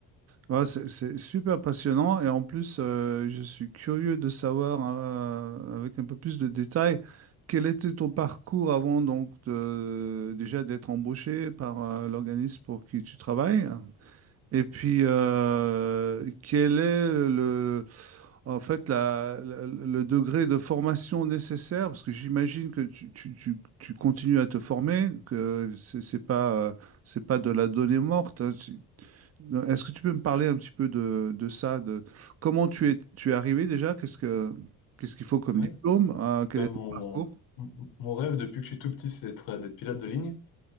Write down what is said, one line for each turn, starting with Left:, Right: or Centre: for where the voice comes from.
Right: Ouais, c'est c'est super passionnant et en plus, euh, je suis curieux de savoir, euh, avec un peu plus de détails, quel était ton parcours avant donc de- déjà d'être embauché par euh, l'organisme pour qui tu travailles? Et puis, euh, quel est le, en fait, la- la- le degré de formation nécessaire? Parce que j'imagine que tu, tu- tu- tu continues à te former, que c'est c'est pas, euh, c'est pas de la donnée morte. hein. Tu- Est-ce que tu peux me parler un petit peu de, de ça, de comment tu es, tu es arrivé déjà? Qu'est-ce que, qu'est-ce qu'il faut comme
Left: Ouais.
Right: diplôme? Euh, quel
Left: Bah,
Right: est
Left: mon,
Right: ton parcours?
Left: mon mon rêve depuis que je suis tout petit, c'est d'être euh, d'être pilote de ligne.